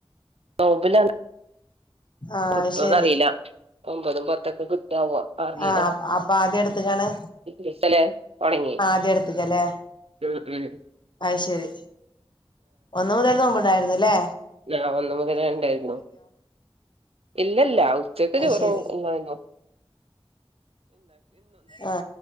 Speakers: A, on the right; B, on the left.
A: നോമ്പുല
B: ആഹ്
A: കിട്ടുവന്ന്റിയില്ല
B: അത് ശരി
A: ഒമ്പതും പത്തൊക്കെ കി ആവ് അറീല
B: ആഹ് അപ്പൊ ആദ്യം എടുത്തക്കാണ്
A: യിച്ചാലേ ഒണങ്ങി
B: ആദ്യം എടുത്തക്കല്ലേ
A: മ്മ് മ്മ്
B: അത് ശരി ഒന്ന്മുതൽ നോമ്പ്ഉണ്ടായിരുന്നുല്ലേ
A: അ ഒന്ന് മുതല് ഉണ്ടായിരുന്നു ഇല്ലില്ല ചെക്കതി
B: അത്
A: കുറവ്
B: ശരി
A: ഒന്നഞ്ഞോ
B: ആ